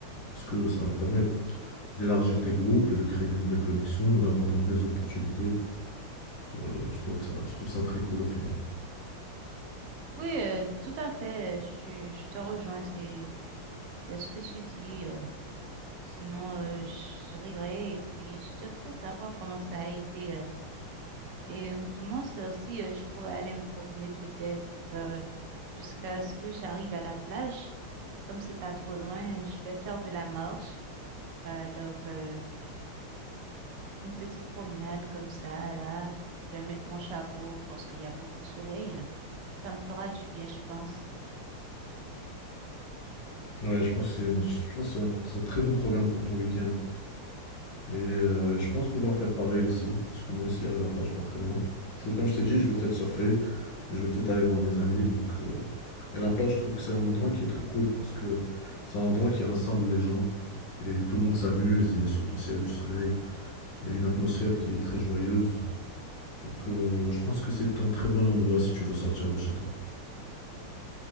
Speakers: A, on the left (about 65°); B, on the right (about 85°).
A: parce que ça va te permettre d'élargir tes groupes et de créer des nouvelles connexions et d'avoir de nouvelles opportunités. Donc, euh, je trouve que ça, je trouve ça très cool au final.
B: Oui, euh, tout à fait. euh, Je, je te rejoins. C'est, c'est ce que tu dis. euh, sinon, euh, je rirai et puis je te ferai savoir comment ça a été. euh, Et ou du moins, ça aussi, euh, je pourrais aller me promener peut-être euh, jusqu'à ce que j'arrive à la plage. Comme c'est pas trop loin, je vais faire de la marche. Euh, donc, euh, une petite promenade comme ça, là. Je vais mettre mon chapeau parce qu'il y a beaucoup de soleil. Ça me fera du bien, je pense.
A: Ouais, je pense que c'est une- je pense que c'est un, c'est un très bon programme pour ton week-end. Et euh, je pense pouvoir faire pareil aussi, parce que moi aussi, il y a la plage pas très loin. Je, comme je t'ai dit, je vais peut-être surfer, je vais peut-être aller voir mes amis. Donc, euh, Et la plage, je trouve que c'est un endroit qui est très cool, parce que c'est un endroit qui rassemble les gens, et tout le monde s'amuse, et surtout s'il y a du soleil, il y a une atmosphère qui est très joyeuse. Donc euh, je pense que c'est un très bon endroit si tu veux sortir de chez toi.